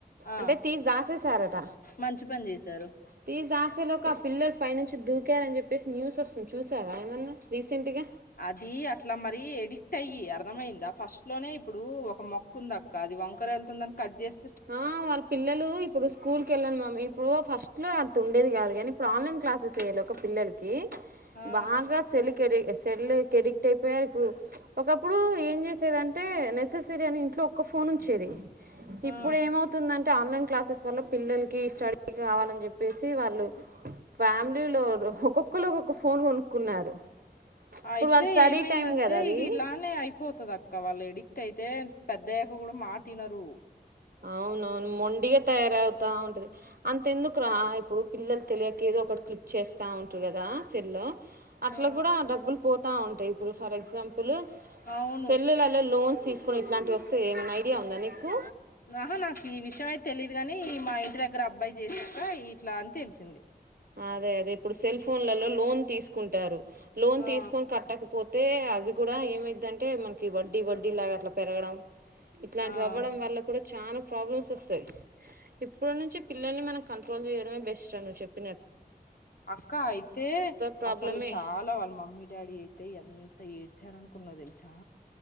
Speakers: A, on the left; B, on the right.
A: ఆ
B: అంటే తీసి దాసేశారట.
A: మంచి పని చేశారు
B: తీసి దాసేలోక ఆ పిల్ల పై నుంచి దూకారని చెప్పేసి న్యూస్ వస్తుంది చూసారా ఏమన్నా రీసెంట్గా
A: అది అట్లా మరీ ఎడిక్ట్ అయి అర్థమయిందా ఫస్ట్ లోనే ఇప్పుడు ఒక మొక్కుంద అక్క అది వంకర వెళ్తుందని కట్ చేస్
B: ఆ వాళ్ళ పిల్లలు ఇప్పుడు స్కూల్ కి వెళ్ళను మమ్మీ ఒ ఫస్ట్లో అంత ఉండేది కాదు కానీ ఇప్పుడు ఆన్లైన్ క్లాసెస్ అయ్యే లోగా పిల్లల్కి
A: ఆ
B: బాగా సలికెడ సెల్ కి ఎడిక్ట్ అయిపోయారు ఇప్పుడు ఒకప్పుడు ఏం చేసేది అంటే నెససరీ అని ఇంట్లో ఒక్క ఫోన్ ఉంచేది ఇప్పుడు
A: ఆ
B: ఏమవుతుందం అంటే ఆన్లైన్ క్లాసెస్ వల్ల పిల్లలకి స్టడీకి కావాలని చెప్పేసి వాళ్ళు ఫ్యామిలీలో ఒక్కొక్కళ్ళు ఒక్క ఫోన్ కొనుక్కున్నారు ఇప్పుడు
A: అయితే
B: వాళ్ళ స్టడీ
A: ఏమైందంటే
B: టైం కదా అది
A: ఇక ఇలానే అయిపోతుంది అక్క వాళ్ళు ఎడిక్ట్ అయి అయితే పెద్ద అయ్యాక కూడా మాట ఇనరూ
B: అవునవును మొండిగా తయారవుతా ఉంటది అంతెందుకు రా ఇప్పుడు పిల్లలు తెలియక ఏదో ఒకటి క్లిక్ చేస్తా ఉంటారు కదా సెల్లో అట్లా
A: ఆ
B: కూడా డబ్బులు పోతే ఆ ఉంటాయ్ ఇప్పుడు ఫర్ ఎక్సాంపుల్ లు
A: అవును
B: సెల్లలలో లోన్స్ తీసుకుని ఇట్లాంటివి వస్తే ఏమైనా ఐడియా ఉందా నీకు
A: ఆహా నాకు ఈ విషయ్ అయితే తెలీదు గాని మా ఇంటి దగ్గర అబ్బాయి చేసాక ఇట్లా అని తెలిసింది
B: అదే అదే ఇప్పుడు సెల్ ఫోన్లలో లోన్ తీసుకుంటారు లోన్
A: ఆ
B: తీసుకొని కట్టకపో అయితే అవి కూడా ఏమైద్ది అంటే మనకి వడ్డీ వడ్డీ లాగా అట్లా పెరగడం ఇట్లాంటివి
A: ఆ
B: అవ్వడం వల్ల కూడా చాలా ప్రాబ్లమ్స్ వస్తాయి ఇప్పటి నుంచి పిల్లల్ని మనం కంట్రోల్ చేయడమే బెస్ట్ అని చెప్పిన
A: అక్క అయితే
B: ప్రాబ్లమే
A: అసలు చాలా వాళ్ళ మమ్మీ డాడీ అయితే ఎంత త ఏడ్చారు అనుకున్నావ్ తెలుసా!